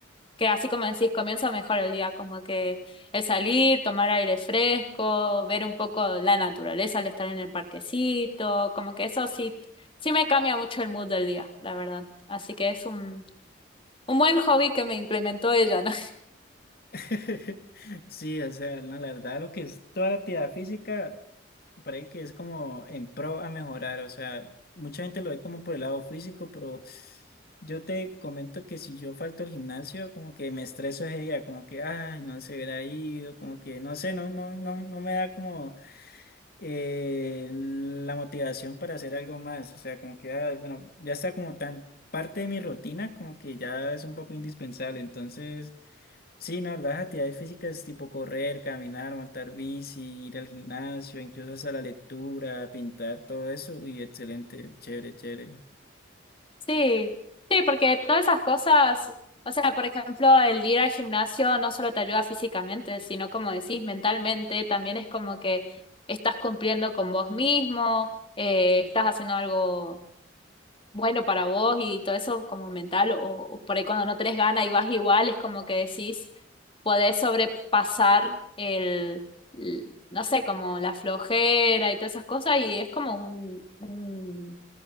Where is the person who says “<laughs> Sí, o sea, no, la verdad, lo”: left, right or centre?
Left